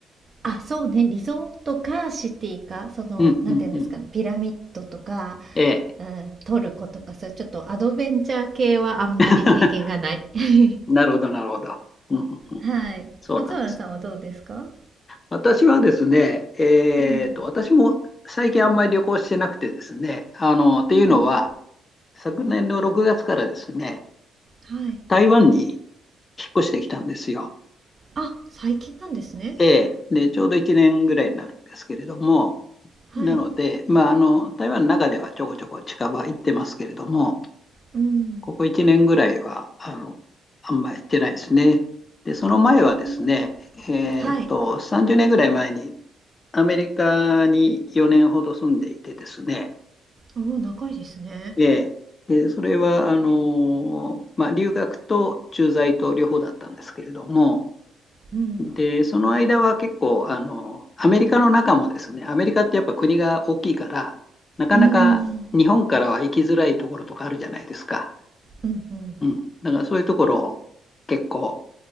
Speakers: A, on the right (about 35°); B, on the left (about 30°).
A: あ、そうね、リゾートかシティか、その、
B: うんうんうん。
A: なんていうんですかね、ピラミッドとか、
B: ええ。
A: うん、トルコとか、そういうちょっとアドベンチャー系はあんまり経験がない。
B: <laughs>
A: <laughs>
B: なるほどなるほど。うんうんうん。
A: はい。
B: そうなんですね。
A: 松原さんはどうですか
B: 私はですね、えーと、
A: うん。
B: 私も最近あんまり旅行してなくてですね、あの、っていうのは、
A: うん。
B: 昨年の6月からですね、
A: はい。
B: 台湾に引っ越してきたんですよ。
A: あ、最近なんですね。
B: ええで、ちょうど1年ぐらいになるんですけれども、
A: はい。
B: なので、まあ、あの、台湾の中ではちょこちょこ近場行ってますけれども、
A: うん。
B: ここ1年ぐらいは、あの、あんまり行ってないですね。で、その前はですね、
A: うーん。
B: えーと、
A: はい。
B: 30年ぐらい前にアメリカに4年ほど住んでいてですね、
A: おお、長いですね。
B: ええ。で、それは、あの、まあ、留学と駐在と両方だったんですけれども、
A: うん。
B: で、その間は結構、あの、アメリカの中もですね、アメリカってやっぱ国が大きいから、なかなか日本からは行きづらいところとかあるじゃないですか。
A: うーん。うんうん。
B: うん。だからそういうところを結構